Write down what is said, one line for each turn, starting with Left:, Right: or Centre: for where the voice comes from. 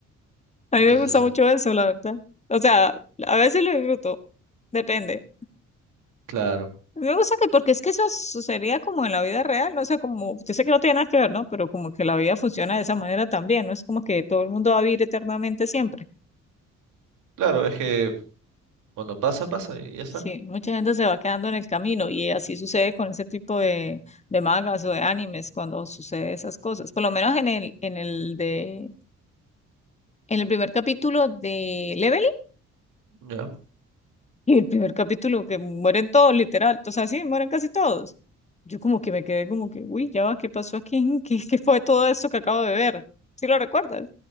Left: A
Right: Entonces,
Left: mí me gusta mucho eso, la verdad. O sea, a veces lo disfruto, depende.
Right: claro,
Left: Me gusta que, porque es que eso sucedería como en la vida real, ¿no? O sea, como, yo sé que no tiene nada que ver, ¿no? Pero como que la vida funciona de esa manera también, no es como que todo el mundo va a vivir eternamente siempre.
Right: claro, es que cuando pasa, pasa y ya está.
Left: Sí, mucha gente se va quedando en el camino y así sucede con ese tipo de, de mangas o de animes cuando sucede esas cosas. Por lo menos en el, en el de, en el primer capítulo de Level.
Right: Ya,
Left: Y el primer capítulo que mueren todos, literal, o sea, sí, mueren casi todos. Yo como que me quedé como que, uy, ya va, ¿qué pasó aquí? <laughs> ¿Qué, qué fue todo esto que acabo de ver? ¿Sí lo recuerdas?